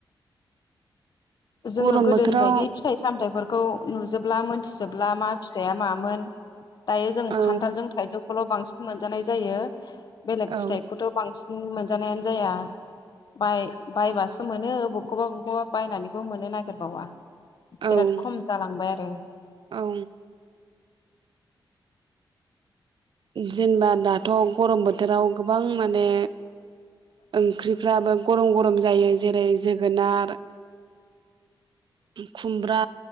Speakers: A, on the left; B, on the right.
A: जोङो
B: गरम
A: गोदोनि
B: बोथोराव
A: बायदि फिथाइ सामथाइफोर खौ नुजोबला मोनथिजोबला मा फिथाइया मामोन? दायो जों
B: औ
A: खान्थालजों थाइजौखौल' बांसिन मोनजानाय जायो। बेलेग
B: औ
A: फिथाइखौथ' बांसि न उम मोनजानायानो जाया। बाय बायबासो मोन नो बखौबा बखौबा बायनानै बो मोननो नागेरबावा।
B: औ
A: बिराद खम जालांबाय दा
B: औ जेनबा दाथ' गरम बोथोराव गोबां माने ओंख्रिफ्राबो गरम गरम जायो जेरै जोगोनार खुमब बा